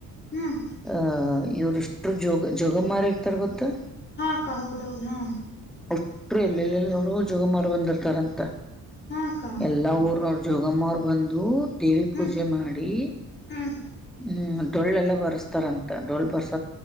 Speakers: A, on the left; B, in the centre.
A: ಹ್ಮ್
B: ಆ ಇವರು ಅವ ಎಷ್ಟು ಜೋಗ ಜೋಗ ಮಾರಿ ಇರ್ತಾರ ಗೊತ್ತಾ
A: ಹಾಕ್ಕ ಹೌದೌದ ಹಾ
B: ಅಷ್ಟರು ಎಲ್ಲೆಲ್ಲೆರು ಜೋಗಮಾರ ಬಂದಿರ್ತಾರಂತ
A: ಹಾ ಅಕ್ಕ
B: ಎಲ್ಲಾ ಊರ್ ನೋಡಿ ಜೋಗಮ್ಮವರು ಬಂದು ದೇವಿ ಪೂಜೆ
A: ಹ್ಮ್
B: ಮಾಡಿ
A: ಹ್ಮ್
B: ಹ್ಮ್ ಡೊಳ್ಳೆಲ್ಲ ಬರೆಸ್ತಾರಂತ ಡೋೊಳ್ಳು ಬರ್ಸ್